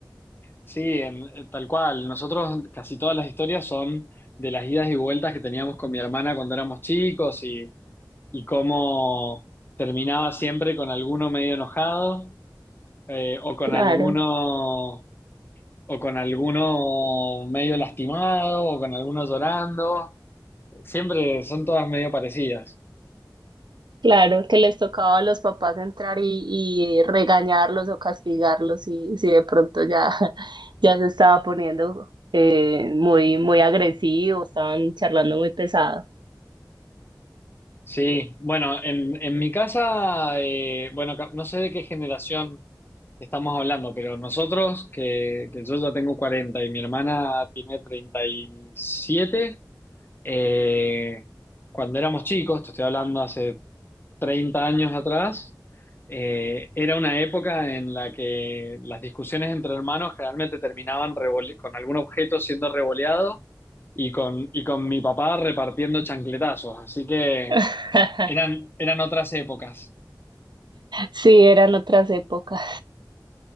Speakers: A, on the left (about 30°); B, on the right (about 80°).
A: Sí, en- eh, tal cual. Nosotros casi todas las historias son de las idas y vueltas que teníamos con mi hermana cuando éramos chicos y, y cómo terminaba siempre con alguno medio enojado eh, o con
B: claro,
A: alguno o con alguno medio lastimado o con alguno llorando. Siempre son todas medio parecidas.
B: claro, que les tocaba a los papás entrar y, y regañarlos o castigarlos y si de pronto ya, <laughs> ya se estaba poniendo eh, muy, muy agresivo, estaban charlando muy pesado.
A: Sí, bueno, en, en mi casa, eh, bueno, ca- no sé de qué generación estamos hablando, pero nosotros, que, que yo ya tengo 40 y mi hermana tiene 37, eh, cuando éramos chicos, te estoy hablando hace 30 años atrás, eh, era una época en la que las discusiones entre hermanos generalmente terminaban revole- con algún objeto siendo revoleado y con, y con mi papá repartiendo chancletazos, así que...
B: <laughs>
A: Eran, eran otras épocas.
B: Sí, eran otras épocas.